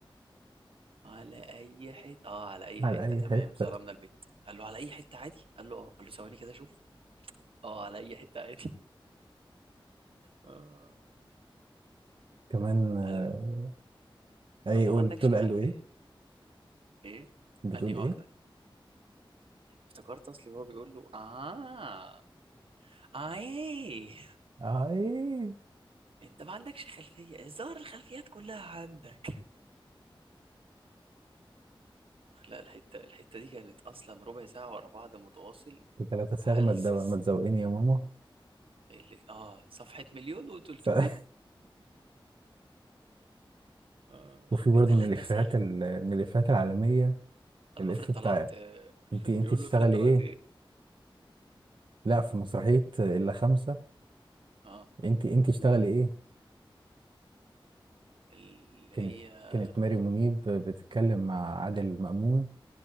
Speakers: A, on the right (about 85°); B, on the right (about 60°).
A: على اي حتة اه على اي
B: على
A: حتة
B: أي
A: تمام
B: حتة
A: ظلمنا البت قال له على اي حتة عادي قال له اه قال له ثواني كده شوف اه على اي حتة عادي <laughs> آه.
B: كمان آه،
A: قال له
B: أي
A: انت ما
B: قول
A: عندكش
B: بتقول قال
A: خلفية
B: له إيه
A: ايه
B: بتقول
A: انهي واحدة
B: إيه
A: افتكرت اصلي وهو بيقول له اه اه ايه
B: آه إيه
A: <laughs> انت ما عندكش خلفية ظهر الخلفيات كلها عندك لا الحتة الحتة دي كانت اصلا ربع ساعة ورا بعض متواصل
B: ثلاثة صاغ
A: هلس
B: ما تدو-
A: السنين
B: ما تزوقني يا ماما
A: اللي اه صفحة مليون و300
B: ف... <laughs>
A: اخ
B: وفي برضه
A: بتلاتة
B: من الإفيهات
A: ساغمة
B: ال... من الإفيهات العالمية
A: قال
B: الإف
A: له افرض طلعت
B: بتاع
A: آه، <laughs>
B: أنت أنت
A: بيقول
B: تشتغلي
A: له افرض طلعت
B: إيه
A: ايه
B: لا في مسرحية إلا خمسة
A: اه
B: أنت أنت تشتغلي إيه
A: اللي
B: كانت
A: هي
B: كانت ماري منيب بتتكلم مع عادل مأمون